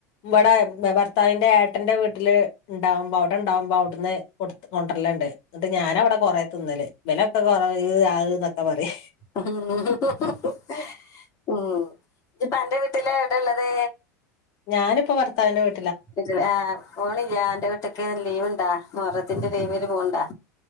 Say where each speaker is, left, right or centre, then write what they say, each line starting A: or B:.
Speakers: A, on the left; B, on the left.
A: ഇവിടെ ഭ ഭർത്താവിന്റെ ഏട്ടന്റെ വീട്ടില് ഇണ്ടാവുമ്പോ അവിടെ ഇണ്ടാവുമ്പോ അവിടെന്ന് കൊടുത്ത് കൊണ്ടുവരലണ്ട് ണ്ട് എന്നിട്ട് ഞാനവിടെ കൊറേ ന്നല് വിലൊക്കെ കൊറേ ഈഹ് അഹ് ന്നൊക്കെ പറയ്
B: <unintelligible> ഇച്ച് അന്റെ വീട്ടിലാ എവിടെ ഇള്ളത്
A: ഞാനിപ്പ ഭർത്താവിന്റെ വീ
B: ഇച്ച്ഹാ ഓനില്ലേ അന്റെ വീട്ടി ഇറ്റക്കെ ലീവ്ണ്ടാ മോറത്തിന്റെ ലീവില് പോവ്ണ്ടാ